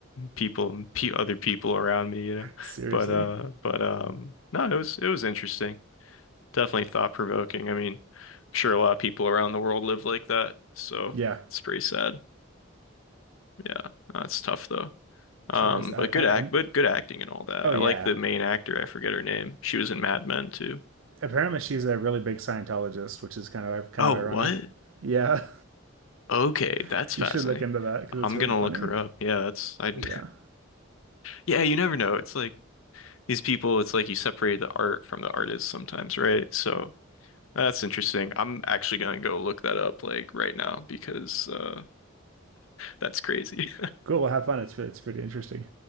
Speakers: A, on the left; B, on the right.
A: People, pe other people around me, you know.
B: <laughs> seriously,
A: But, uh, but, um, no, it was, it was interesting. Definitely thought-provoking. I mean, I'm sure a lot of people around the world live like that, so
B: yeah,
A: it's pretty sad. Yeah, that's tough though.
B: sure
A: Um,
B: is. I,
A: but
B: I,
A: good act,
B: I,
A: but good acting and all that.
B: oh yeah,
A: I like the main actor. I forget her name. She was in Mad Men too.
B: apparently she's a really big Scientologist, which is kind of kind
A: Oh,
B: of ironic.
A: what?
B: Yeah,
A: Okay,
B: <laughs>
A: that's fascinating.
B: you should look into that because
A: I'm
B: it's really
A: gonna
B: funny.
A: look her up. Yeah, that's I. <laughs>
B: Yeah.
A: Yeah, you never know. It's like these people, it's like you separate the art from the artist sometimes, right? So that's interesting. I'm actually gonna go look that up like right now because uh that's crazy.
B: Cool. Well, have fun. It's it's pretty interesting.